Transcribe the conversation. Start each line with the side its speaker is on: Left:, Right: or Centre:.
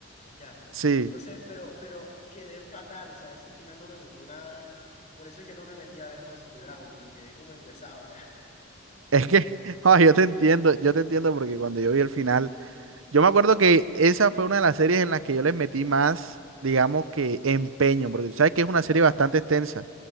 Left: Ya.
Right: sí,
Left: Entonces, pero, pero quedé fatal, o sea, ese final no me gustó nada. Por eso es que no me metí a ver House of the Dragon, porque quedé como enguesado, ya.
Right: es que, <laughs> joa, yo te entiendo, yo te entiendo porque cuando yo vi el final Yo me acuerdo que esa fue una de las series en las que yo les metí más, digamos que empeño, porque tú sabes que es una serie bastante extensa.